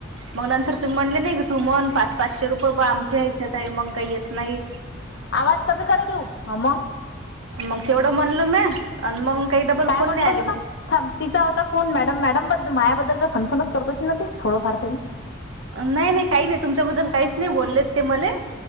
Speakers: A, on the right; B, on the left.
A: म नंतर तु म्हणले नाही का. तू म्हण. पाच पाचशे रुपये बा. आमच्या हस्याते. मग काही येत नाही.
B: आवाज कमी करे देऊ. ह मग.
A: मग तेवडं म्हनल म्या. आणि मग काही डबल
B: काय
A: फोन
B: म्हटलं
A: नाही आले
B: तु ना. थांब. तिचा होता फोन. मॅडम मॅडम बद् मायाबद्दल त. फनफनच करत अशील ना ती. थोडंफार तरी.
A: नाही नाही. काही नाही. तुमच्याबद्दल काहीच नाही बोललेत ते मले.